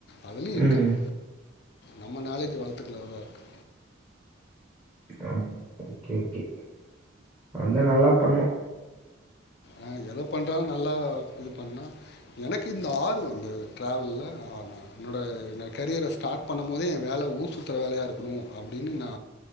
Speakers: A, on the left; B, on the right.
A: அதுலயு இருக்காங்க
B: ம்.
A: நம்ம நாலேஜ வளத்துக்கறதுலதா இருக்கு
B: ஆம் ஓகே ஓகே அதா நல்லா பண்ணுணு
A: ஆ எத பண்றாலு நல்லா இது பண்ணா எனக்கு இந்த ஆர்வ வந்து ட்ராவல்ல ஆர்வ என்னோட என்ன கரியர ஸ்டார்ட் பண்ணம்மோதே எ வேல ஊர் சுத்துற வேலையா இருக்கணு அப்டின்னு நா